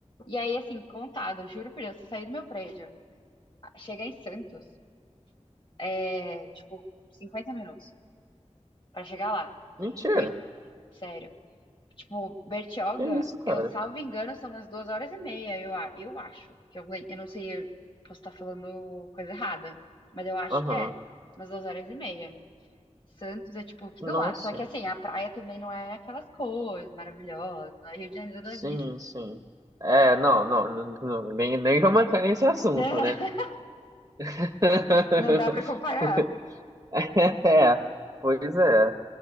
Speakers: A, on the left (about 45°); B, on the right (about 30°).
A: e aí assim, contado, eu juro por Deus, você sair do meu prédio, a- chegar em Santos, é tipo 50 minutos pra chegar lá.
B: Mentira.
A: Ver- Sério. Tipo, Bertioga,
B: Que isso, cara?
A: eu salvo engano, são umas duas horas e meia, eu, a- eu acho. Que eu, lem- eu não sei, eu posso estar falando coisa errada, mas eu acho
B: Aham.
A: que é umas duas horas e meia. Santos é tipo aqui
B: Nossa.
A: do lado. Só que assim, a praia também não é aquelas coisas maravilhosas, não é Rio de Janeiro da
B: Sim,
A: vida.
B: sim. É, não, não, não, não, nem, nem vamos entrar nesse assunto,
A: <laughs>
B: né? <laughs>
A: Não dá pra comparar.
B: <laughs> É, pois é,